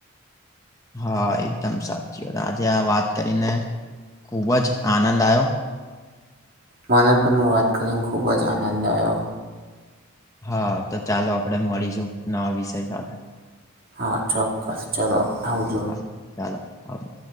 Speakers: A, on the left (about 15°); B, on the right (about 45°).
A: હા એકદમ સાચી વાત આજે આ વાત કરીને ખુબ જ આનંદ આયો.
B: મને પણ વાત કરીને ખૂબ જ આનંદ આયો.
A: હા તો ચાલો આપડે મળીશું નવા વિષય સાથે.
B: હા ચોક્કસ ચલો આવજો.
A: હા ચાલો આવજો.